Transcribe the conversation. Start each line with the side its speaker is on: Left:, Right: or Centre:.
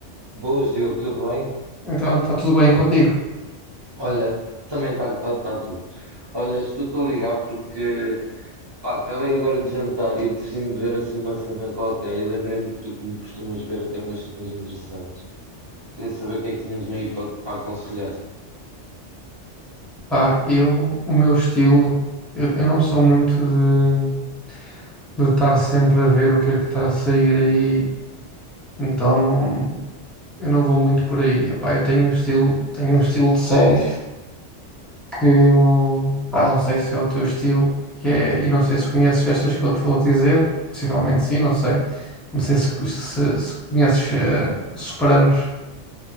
Right: Boas, Diogo, tudo bem?
Centre: Então, está tudo bem contigo?
Right: Olha, também está tá, tá tudo. Olha, estou-te a ligar porque pá, acabei agora de jantar e decidi-me ver assim uma cena qualquer e lembrei-me que tu como costumas ver até umas cenas interessantes. Queria saber o que é que tinhas-me aí para aconselhar.
Centre: Pá, eu, o meu estilo, eu, eu não sou muito de, de estar sempre a ver o que é que está a sair aí, então não, eu não vou muito por aí. Epá, eu tenho um estilo, tenho um estilo de séries que, hum, pá, não sei se é o teu estilo, que é, e não sei se conheces estas que eu te vou dizer, possivelmente sim, não sei. Não sei se, se, se conheces eh, Sopranos.